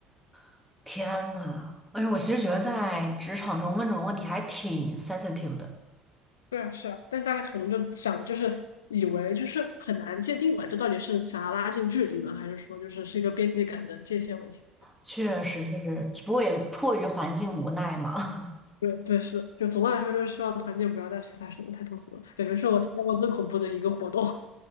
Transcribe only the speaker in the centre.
<laughs> 天呐，哎呦，我其实觉得在职场中问这种问题还挺 sensitive 的，
确实确实，只不过也迫于环境无奈嘛。<laughs>